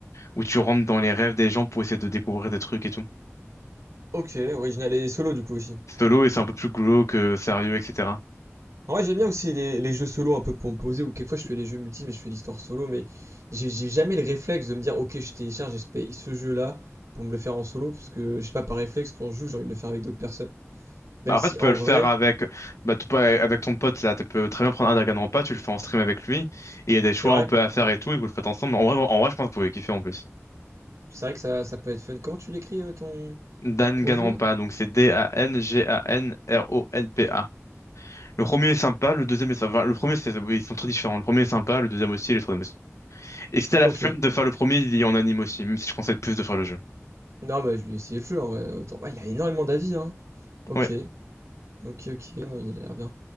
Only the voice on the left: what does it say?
où tu rentres dans les rêves des gens pour essayer de découvrir des trucs et tout.
Solo et c'est un peu plus glauque, euh, sérieux, etc.
Bah, après,
tu peux
le faire
avec, bah, tu peux, avec ton pote, là. Tu peux très bien prendre un Dragon Rampa, tu le fais en stream avec lui. Et il y a des
choix
un peu à faire et tout, et vous le faites ensemble. En vrai, en vrai, je pense que vous pouvez kiffer en plus.
Danganronpa,
donc c'est D-A-N-G-A-N-R-O-N-P-A. Le premier est sympa, le deuxième est sympa. Enfin, le premier, c'est, oui, ils sont très différents. Le premier est sympa, le deuxième aussi, et le troisième aussi. Et si t'as la
flemme de faire le premier, il y en anime aussi, même si je conseille plus de faire le jeu.
Ouais,